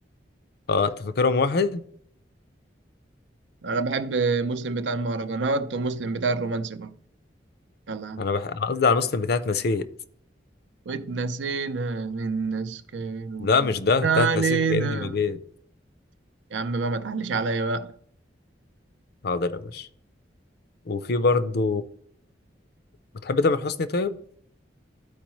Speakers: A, on the left; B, on the right.
A: اه انت فاكرهم واحد
B: انا بحب مسلم بتاع المهرجانات ومسلم بتاع الرومانسي برضه يلا يا عم
A: انا بح... انا قصدي على مسلم بتاعت نسيت
B: واتنسينا من ناس كانوا
A: لا مش ده
B: غالين
A: بتاعت
B: علينا
A: نسيت كاني ما جيت
B: يا عم بقى ما تعليش عليا بقى
A: حاضر يا باشا وفي برضو بتحب تامر حسني طيب؟